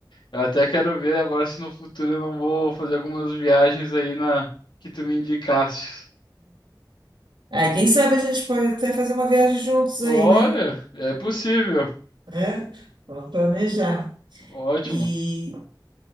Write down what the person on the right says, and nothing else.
Aí, quem sabe a gente pode até fazer uma viagem juntos
aí, né?
Né? Vamos planejar.
E